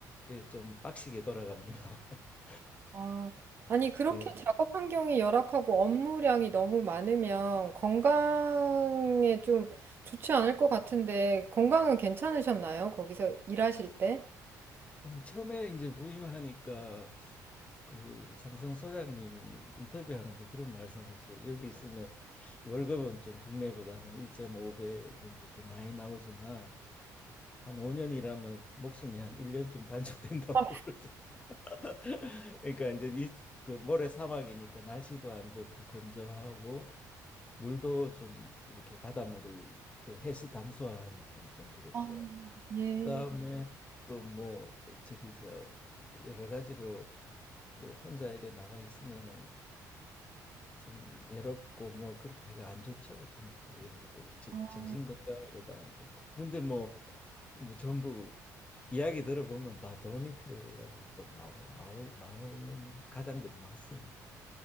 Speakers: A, on the left; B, on the right.
A: 그좀 빡시게 돌아갑니다. <laughs>
B: 아, 아니, 그렇게
A: 예.
B: 작업 환경이 열악하고 업무량이 너무 많으면 건강에 좀 좋지 않을 것 같은데, 건강은 괜찮으셨나요? 거기서 일하실 때?
A: 아니, 처음에 이제 부임하니까 그 삼성 소장님이 인터뷰하는데 그런 말씀하시대. 여기 있으면 월급은 좀 국내보다 한 1.5배 정도 더 많이 나오지만 한 5년 일하면 목숨이 한 1년 좀 단축된다고
B: 아,
A: <laughs> 그러더라고요. <laughs> 그러니까 이제 미, 그 모래 사막이니까 날씨도 안 좋고 건조하고 물도 좀 이렇게 바닷물을 그 해수 담수화하니까 좀 그렇고요.
B: 아, 예.
A: 그다음에 음. 또 뭐 저기 저 여러 가지로 또 혼자 이래 나가 있으면은 좀 외롭고 뭐 그렇게가 안 좋죠. 그- 그거는 그 정-
B: 아,
A: 정신 건강으로도 안 좋고. 그런데 뭐 뭐 전부 이야기 들어보면 다 돈이 필요해가지고 또 나오, 나오, 나오는 가장들이 많습니다.